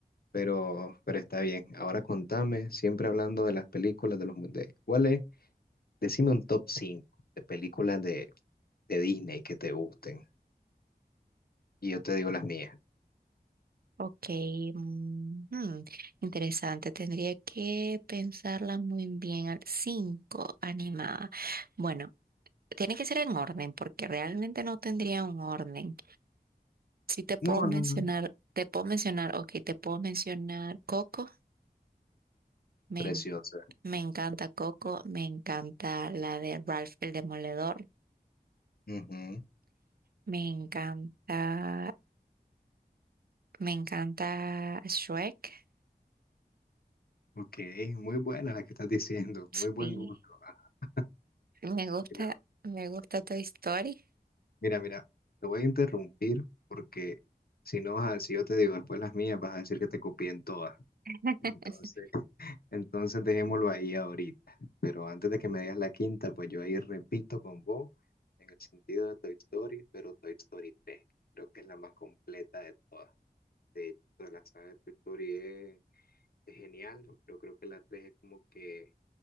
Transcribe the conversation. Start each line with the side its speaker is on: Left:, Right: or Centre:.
Left: Pero, pero está bien. Ahora contame, siempre hablando de las películas de los mundiales. ¿Cuál es? Decime un top 5 de películas de, de Disney que te gusten. Y yo te digo las mías.
Right: Ok, mm, hmm, interesante. Tendría que pensarla muy bien. al- Cinco animada. Bueno, tiene que ser en orden, porque realmente no tendría un orden. Sí te puedo
Left: No,
Right: mencionar,
Left: no, no.
Right: te puedo mencionar, ok, te puedo mencionar Coco. Me,
Left: Preciosas.
Right: en- me encanta Coco, me encanta la de Ralph el Demoledor,
Left: Ujú.
Right: me encanta, me encanta Shrek.
Left: Ok, muy buena la que estás diciendo.
Right: Sí,
Left: Muy buen gusto. Ah,
Right: me gusta,
Left: y la-
Right: me gusta Toy Story.
Left: Mira, mira, te voy a interrumpir porque si no, vas a- si yo te digo después las mías, vas a decir que te copié en todas.
Right: <laughs>
Left: Entonces. Entonces dejémoslo ahí ahorita. Pero antes de que me digas la quinta, pues yo ahí repito con vos en el sentido de Toy Story, pero Toy Story tres, Creo que es la más completa de todas. De toda la saga de Toy Story es, es genial, pero creo que la 3 es como que